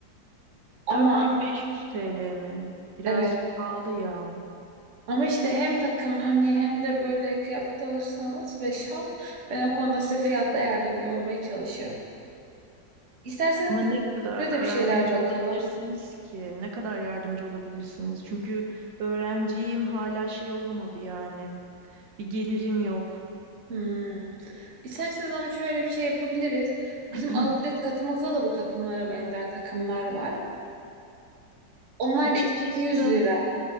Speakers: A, on the right; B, on the right.
A: Ama
B: 4500 TL mi? Biraz
A: evet
B: pahalı ya.
A: ama işte hem takım hani hem de böyle kıyafet alırsanız ve şal ben o konuda size fiyatta yardımcı olmaya çalışırım. İsterseniz
B: Ama ne kadar
A: şöyle de bir
B: yardımcı
A: şeyler bakalım.
B: olabilirsiniz ki? Ne kadar yardımcı olabilirsiniz? Çünkü öğrenciyim, hala şey olamadı yani. Bir gelirim yok.
A: Hmm. İsterseniz ama şöyle bir şey yapabiliriz. Bizim
B: <clears throat>
A: outlet katımızda da bu takımlara benzer takımlar var. Onlar
B: Açıkçası
A: da 2100 lira.